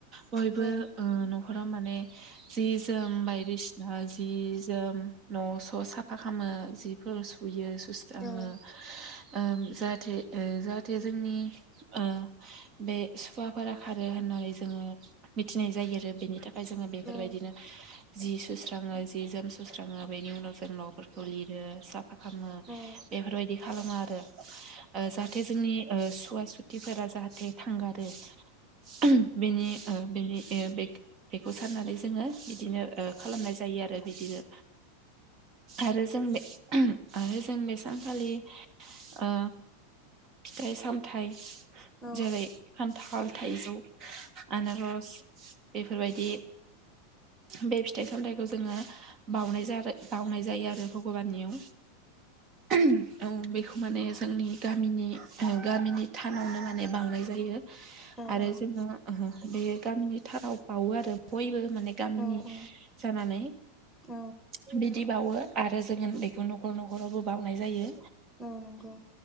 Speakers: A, on the right; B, in the centre.
A: बयबो
B: औ
A: ओ न'खराव माने जि-जोम बायदिसिना जि-जोम न' ज' साफा खालामो जिफोर सुयो सुस्राङो।
B: औ
A: ओम जाहाथे ओ जाहाथे जोंनि ओ बे सुवाफोरा खारो होननानै जोङो मिथिनाय जायो आरो बेनि थाखाय जोङो बेफोरबायदिनो
B: औ
A: जि सुस्राङो। जि-जोम सुस्राङो बेनि उनाव जों न'फोरखौ लिरो साफा खालामो
B: औ नंगौ
A: बेफोरबायदि खालामो आरो जाहाथे जोंनि ओ सुवा सुथिफोरा जाहाथे थांगारो। बेनि ओ बेनि ओ बेखौ साननानै जोङो बिदिनो ओ खालामनाय जायो आरो बिदिनो आरो जों बे आरो जों बे सानखालि ओ फिथाइ-सामथाइ
B: औ
A: जेरै खान्थाल, थाइजौ, आनारस बेफोरबायदि बे फिथाइ-सामथाइखौ जोङो बाउनाय जादो बाउनाय जायो आरो भगबाननियाव ओहोम औ बेखौ। माने जोंनि गामिनि गामिनि थानावनो माने बाउनाय जायो। आरो
B: औ
A: जोङो बे गामिनि थानाव बाउवो आरो बयबो। माने गामिनि
B: औ औ
A: जानानै
B: औ
A: बि बिदि बाउवो आरो जोङ बेखौ न'खर न'खरावबो बावनाय जायो।
B: औ नंगौ।